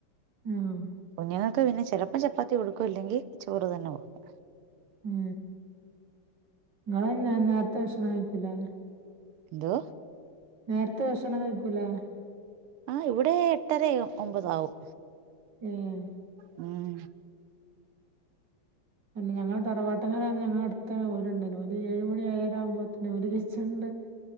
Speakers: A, on the right; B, on the right.
A: ആഹ്
B: കുഞ്ഞുങ്ങക്ക് പിന്നെ ചിലപ്പോ ചപ്പാത്തി കൊടുക്കും ഇല്ലെങ്കി ചോറ് തന്നെ കൊടുക്കും.
A: ഉം ങ്ങള് അയ്ന് നെനേരത്തെ ഭക്ഷണം കഴിക്കൂലേ?
B: ന്തോ?
A: നേരത്തെ ഭക്ഷണം കഴിക്കൂലേ?
B: ആഹ് ഇവിടെ എട്ടര ഒമ്പത് ആകും.
A: ഏഹ്
B: ഉം.
A: അല്ല ഞങ്ങള് തറവാട്ടിൽ ഞങ്ങളെ അടുത് ഓരുണ്ടനു ഓല് ഏഴ് മണി ഏഴര ആഉമ്പോ നോല്കിച്ചണ്ട്